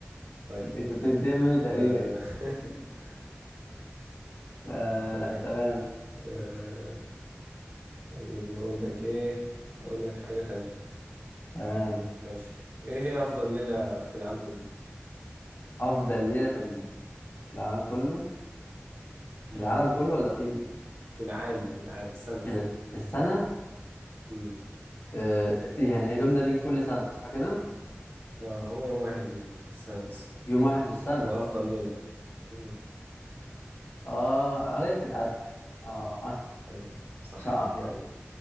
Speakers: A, on the right (about 55°); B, on the left (about 55°).
A: طيب
B: انت بتنتقم مني تقريبا
A: آه،
B: يعني
A: <laughs>
B: آه
A: طيب
B: تمام
A: آه، طيب اقول لك ايه اقول لك حاجة تانية
B: تمام
A: ماشي ايه هي افضل ليلة في العام كله
B: افضل ليلة في ال- في العالم كله
A: مم.
B: في العالم كله ولا في ايه
A: في العام العام السنة
B: في, ال- في السنة
A: مم.
B: آه يعني اليوم ده بيجي كل سنة صح كده
A: اه هو يوم واحد في السنة بس
B: يوم واحد في السنة
A: هو افضل ليلة مم.
B: اه قرية القدر اه آه،
A: ايوه صح
B: مش هقع
A: كده
B: فيها دي